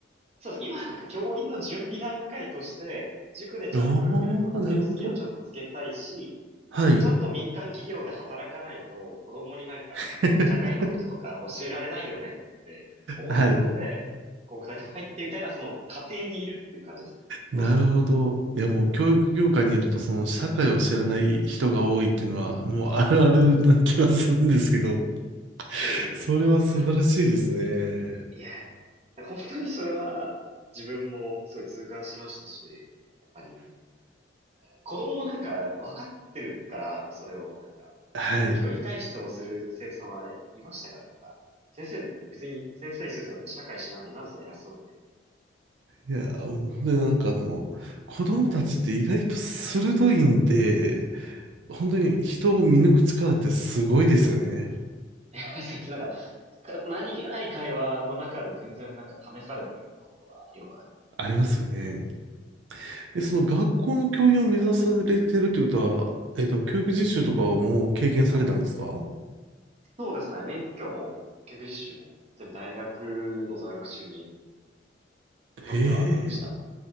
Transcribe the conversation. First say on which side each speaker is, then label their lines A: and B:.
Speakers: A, on the right; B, on the right.
A: そうです。今なんか教員の準備段階として、塾でちゃんと学力をつけるスキルをちゃんとつけたいし、
B: ああ、なるほど。はい。
A: ちゃんと民間企業で働かないと、子供になんか、
B: <laughs>
A: 社会のこととか教えられないよねって思ったので、
B: はい。
A: こう具体的に入ってみたいな、その過程にいるっていう感じですね。プロセスの。
B: なるほど。いや、もう教育業界にいると、その社会を知らない人が多いっていうのは、もうあるあるな気はするんですけど、<laughs>
A: ええいや本当に。
B: それは素晴らしいですね。
A: いや、本当にそれは自分もすごい痛感しましたし、やっぱり子供もなんか分かってるから、それをなんか、
B: はい。
A: 結構痛い質問する生徒さんはいましたから、なんか、先生、別に先生にするとなったら社会知らない、なぜそんな偉そうに言うの
B: いや、もう本当になんかあの、子供たちって意外と鋭いんで、本当に人を見抜く力ってすごいですよね。
A: ええ <laughs> 先生なんか、か何気ない会話の中で全然なんか試されてることはよくあります。
B: ありますよね。え、その学校の教員を目指されてるってことは、えっと、教育実習とかをもう経験されたんですか
A: そうですね、免許も、教育実習も、全部大学の在学中に取ってはいました。
B: へえ。